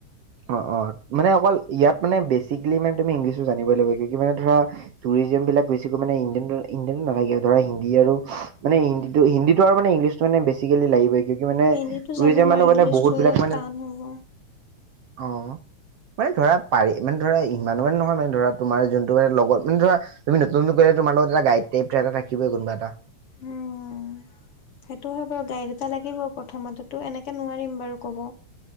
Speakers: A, on the right (about 65°); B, on the left (about 55°).
A: অ - অ মানে অকল ইয়াত মানে বেচিকেলি মানে তুমি ইংলিছো জানিব লাগিব মানে ধৰা। ৰিজন বিলাক ইন্ডিয়ান ইন্ডিয়ান নহয় গে ধৰা ইন্ডিয়ান হক হিন্দী মানে আৰু ইংলিশ মানে বেছিকেলি লাগিবই ক কি মানে
B: হিন্দীটো
A: টুৰিজম
B: জানো বাৰু
A: মানহ
B: ইংলিছটো
A: মানে বহুত বিলাক
B: অলপ
A: মানে।
B: টান হ'ব।
A: অ', মানে ধৰা পাৰি মানে ধৰা। মনুৱাল নহয় মানে ধৰা তোমাৰ জোনটোৱে লগত ধৰা তুমি নতুন - নতুন কৰিলে তোমাৰ লগত এটা গাইড দিয়ে টাইপ থাকিবই কোনবা এটা।
B: উম, সেইটো হব গাড়ী এটা লাগিব। প্ৰথমতেতো এনেকৈ নোৱাৰিম বাৰু ক'ব।